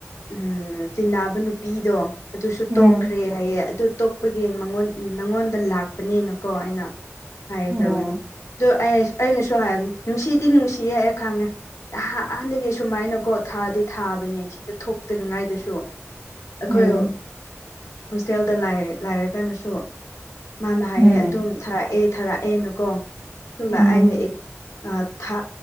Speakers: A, on the left; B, on the right.
A: ꯎꯝ ꯇꯤꯟꯅꯕ ꯅꯨꯄꯤꯗꯣ ꯑꯗꯨꯁꯨ
B: ꯎꯝ
A: ꯇꯣꯛꯈ꯭ꯔꯦ ꯌꯥꯏꯌꯦ ꯑꯗꯨ ꯇꯣꯛꯄꯒꯤ ꯃꯥꯉꯣꯟ ꯅꯪꯉꯣꯟꯗ ꯂꯥꯛꯄꯅꯤꯅꯀꯣ ꯑꯩꯅ ꯍꯥꯏꯈ꯭ꯔꯕꯅꯦ
B: ꯎꯝ
A: ꯗꯣ ꯑꯏꯁ ꯑꯩꯅꯁꯨ ꯍꯥꯏꯕꯅꯤ ꯅꯨꯡꯁꯤꯗꯤ ꯅꯨꯡꯁꯤꯌꯦ ꯈꯪꯉꯦ ꯍꯥ ꯍꯥꯟꯅꯒꯤ ꯁꯨꯃꯥꯏꯅ ꯀꯣ ꯊꯥꯗꯤ ꯊꯥꯕꯅꯦ ꯁꯤꯗ ꯊꯣꯛꯇ꯭ꯔꯤꯉꯥꯏꯗꯁꯨ ꯑꯩꯈꯣꯏ
B: ꯎꯝ
A: ꯍꯣꯁꯇꯦꯜꯗ ꯂꯥꯏꯔ ꯂꯥꯏꯔꯀꯥꯟꯗꯁꯨ ꯃꯥꯅ ꯍꯥꯏꯌꯦ
B: ꯎꯝ
A: ꯑꯗꯨꯝ ꯊꯥꯔꯛꯑꯦ ꯊꯥꯔꯛꯑꯦꯅꯀꯣ ꯇꯨꯝꯅ
B: ꯎꯝ
A: ꯑꯩꯅ ꯑ ꯊꯥ